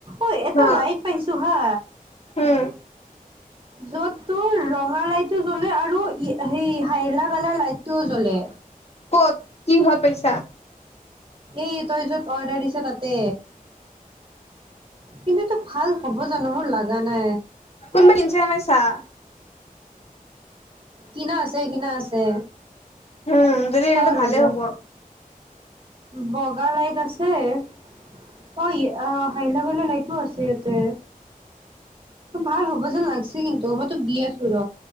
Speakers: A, on the right; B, on the left.
A: অই এটা
B: অ
A: লাইট পাইছো হা।
B: উম
A: য'ত তোৰ ৰঙা লাইটো জ্বলে আৰু সেই হালধীয়া কালাৰ লাইটটোও জ্বলে।
B: ক'ত কিহত পাইছা।
A: এই তই য'ত অৰ্ডাৰ দিছ তাতে। কিন্তু এইটো ভাল হ'ব জানো মোৰ লাগে। জানে।
B: কোনবা <unintelligible>
A: কিনা আছে, কিনা আছে।
B: উম যদি
A: চাও
B: তেন্তে
A: ৰ
B: ভালে
A: কি হয়।
B: হ'ব
A: বগা লাইট আছে আৰু হালধীয়া কালাৰ লাইটো আছে ইয়াতে। ভাল হ'ব যেন লাগিছে কিন্তু মই তোক দি আছো ৰ।